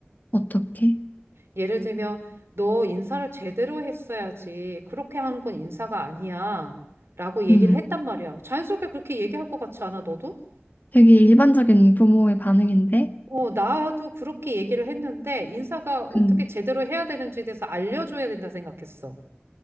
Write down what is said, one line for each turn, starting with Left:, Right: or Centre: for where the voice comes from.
Left: 어떻게?
Right: 예를 들면, 너 인사를 제대로 했어야지. 그렇게 하는 건 인사가 아니야. 라고 얘기를
Left: 음.
Right: 했단 말이야. 자연스럽게 그렇게 얘기할 것 같지 않아, 너도?
Left: 되게 일반적인 부모의 반응인데?
Right: 어, 나도 그렇게 얘기를 했는데, 인사가 어떻게
Left: 음,
Right: 제대로 해야 되는지에 대해서 알려줘야 된다 생각했어.